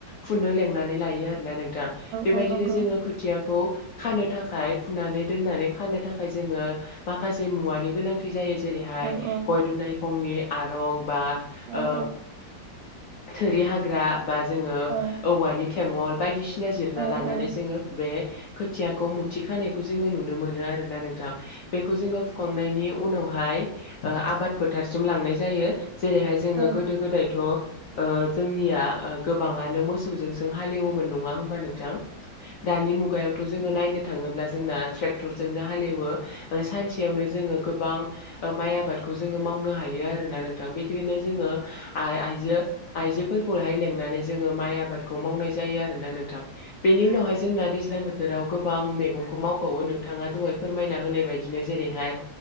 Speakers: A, on the left; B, on the right.
A: फुनो लिंनानै लायो आरोना नों थां बेबायदिनो
B: औ नंगौ
A: जोङो खोथियाखौ खानो थाखाय फुनानै दोननानै खानो थाखाय जोङो माखासे मुवानि गोनांथि जायो जेरैहाय
B: औ औ
A: गय दुनायखंनि आरं बा
B: औ
A: ओ
B: नंगौ औ नंगौ औ
A: थोरि हाग्रा बा जोङो
B: औ
A: औवानि थेंगल बायदिसि ना जिरना
B: औ
A: लानानै
B: औ
A: जोङो बे खोथियाखौ मुथि खानायखौ जोङो नुनो मोनो आरो। नोंथां बेखौ जोङो खांनायनि उनावहाय आबाद फोथारसिम लांनाय जायो जेरैहा जोङो
B: औ
A: गोदो गोदायथ ओ जोंनिया ओ गोबाङानो मोसौजोंसों हालेवोमोन नङा होमबा नों थां दानि मुगायावथ जोङो नायनो थाङोब्ला जोंना ट्रेक्टरजोंनो हालेवो ओ सानसेयावनो जोङो गोबां माइ आबादखौ जोङो मावनो हायो आरोना नोंथां बिदिनो जोङो आइ आइ जो आइजोफोरखौहाय लेंनानै जोङो माइ आबादखौ मावनाय जायो आरो ना नोंथां। बेनि उनावहाय जोंना दैज्लां बोथोराव गोबां मैगंखौ मावबावो नोंथाङा दहाय फोरमायना होनाय बायदिनो जेरैहाय